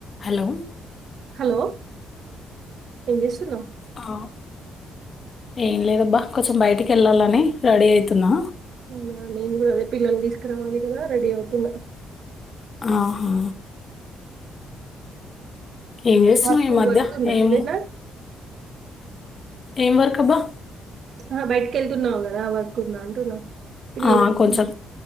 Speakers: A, on the left; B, on the right.
A: Hello
B: hello ఏం చేస్తున్నవ్
A: ఆ ఏం లేదబ్బా కొంచెం బయటికి వెళ్ళాలని రెడీ అవుతున్నా
B: అవునా నేను కూడా అదే పిల్లలు తీసుకురావాలి కదా రెడీ అవుతున్నా
A: ఆహా ఏం చేస్తున్నావు
B: మాకు
A: ఈ మధ్య
B: వర్క్ ఉందా
A: ఏం
B: ఏదైనా
A: ఏం వర్క్ బ్బా
B: ఆ బయటికి వెళ్తున్నావు్ కదా వర్క్కుంద అంటున్నా పిల్లల
A: ఆ
B: కోసం
A: కొంచెం